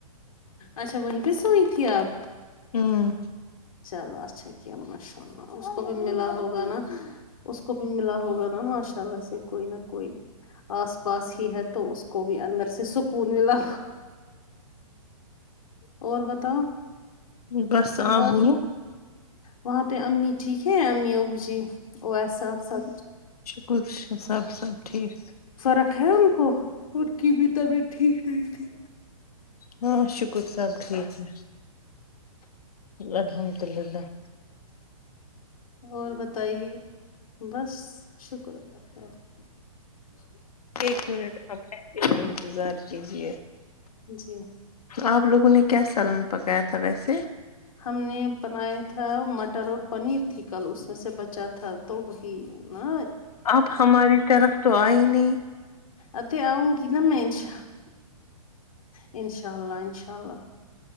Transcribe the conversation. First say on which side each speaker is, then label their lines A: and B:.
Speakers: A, on the left; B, on the left.
A: اچھا وہی پہ سوئی تھی آپ
B: ام
A: چلو اچھا کیا ماشاء اللہ اس کو بھی ملا ہوگا نا اس کو بھی ملا ہوگا نا ماشاء اللہ سے کوئی نہ کوئی آس پاس ہی ہے تو اس کو بھی اندر سے سکون ملا اور بتاؤ
B: بس آپ
A: بات
B: بولو
A: وہاں پہ امی ٹھیک ہے امی ابو جی او سب سب
B: کچھ سب سب ٹھیک
A: رکھے ان کو ان کی بھی طبیعت ٹھیک نہیں تھی
B: ہاں شکر سب ٹھیک ہے الحمد اللہ
A: اور بتائیے بس شکر اللہ تلله
B: ایک منٹ اب ایسے ہی انتظار کیجیے
A: جی
B: آپ لوگوں نے کیا سالن پکایا تھا ویسے
A: ہم نے بنایا تھا مٹر اور پنیر تھی کل اس میں سے بچا تھا تو وہی نہ
B: آپ ہماری طرف تو آئے نہیں
A: اتھے آؤنگی نا مے انشا ان شاء اللہ ان شاء اللہ